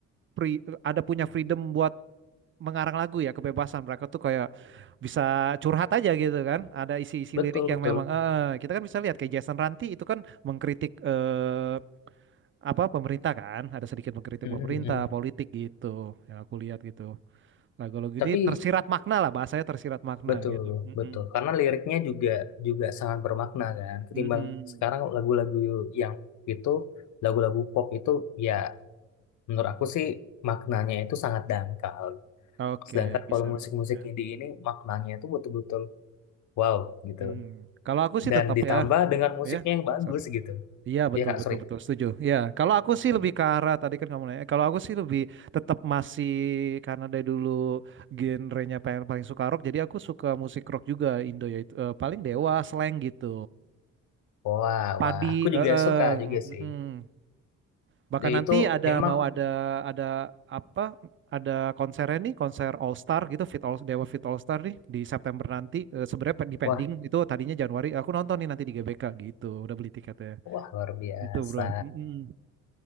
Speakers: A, on the right; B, on the left.
A: free ada punya freedom buat mengarang lagu ya kebebasan mereka tuh kayak bisa curhat aja gitu kan ada isi-isi
B: betul
A: lirik yang
B: betul
A: memang eh kita kan bisa lihat kayak Jason Ranti itu kan mengkritik eh, apa pemerintah kan ada sedikit mengkritik
B: Mm,
A: pemerintah
B: mm, mm.
A: politik gitu yang aku lihat gitu lagu-lagu
B: tapi
A: ini tersirat makna lah bahasanya tersirat makna
B: betul
A: gitu Mm-mm.
B: betul karena liriknya juga juga sangat bermakna kan ketimbang
A: Mm-mm.
B: sekarang lagu-lagu yang itu lagu-lagu pop itu ya menurut aku sih maknanya itu sangat dangkal
A: Oke
B: Sedangkan
A: bisa
B: kalau musik-musik
A: ya.
B: indie ini maknanya itu betul-betul wow gitu.
A: Mm. kalau aku sih tetap
B: Dan ditambah
A: ya
B: dengan musiknya
A: ya
B: yang bagus
A: sorry
B: gitu.
A: Iya betul
B: Iya Kak,
A: betul
B: sorry.
A: betul setuju. Ya kalau aku sih lebih
B: Mm.
A: ke arah tadi kan kamu nanya. Kalau aku sih lebih tetap masih karena dari dulu genrenya paling paling suka rock. Jadi aku suka musik rock juga Indo ya itu eh, paling Dewa, Slank gitu.
B: Wah,
A: Padi,
B: wah, aku juga
A: eh, eh,
B: suka juga sih.
A: mm, Bahkan
B: dia
A: nanti
B: itu
A: ada
B: memang
A: mau ada ada apa? Ada konsernya nih, konser All Star gitu, Fit All Dewa Fit All Star nih di September nanti. Eh, Sebenarnya pe- di pending
B: wah,
A: itu tadinya Januari. Aku nonton nih nanti di GBK gitu. Udah beli tiketnya.
B: wah luar biasa.
A: Gitu bro. Mm-mm.